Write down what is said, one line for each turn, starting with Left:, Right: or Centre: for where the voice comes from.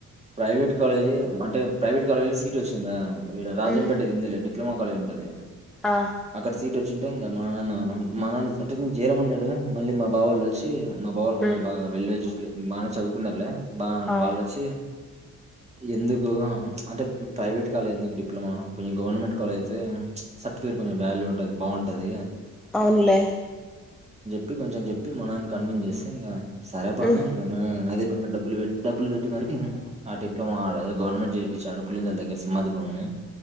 Right: ప్రైవేట్ కాలేజీ అంటే, ప్రైవేట్ కాలేజీ సీట్ వచ్చిందా. ఇడ రాజంపేట
Centre: ఉమ్
Right: అయింది లే డిప్లోమా కాలజ్ ఉం <unintelligible>
Centre: ఆ
Right: అక్కడ సీట్ చూడ్డంగా మన ఏమన్న మా నాన్న అంటే జేరమన్నాడు, మళ్ళీ మా బావోళ్ళు వచ్చి మా బావులు కొంచెం
Centre: ఉమ్
Right: బాగా వెల్డ్ ఎడ్యుక్ మానే చదువుకున్నరులే బ
Centre: ఆ
Right: వాలొచ్చి ఎందుకు అంటే ప్రైవేట్ కాలేజ్ ఎందుకు డిప్లొమా, మీ గవర్నమెంట్ కాలేజ్ అయితే సర్టిఫికేట్ కొంచెం వాల్యూ ఉంటది, బాగుంటది.
Centre: అవున్లే
Right: చెప్పి కొంచెం చెప్పి మనని కన్విన్స్ చేస్తే ఇంకా సరపాను
Centre: ఉమ్
Right: అదే డబ్బులు డబులుబెట్టి మరి ఆ డిప్లోమా గవర్నమెంట్ చేపిచ్చాడు పులిందల దగ్గర సిమాహింని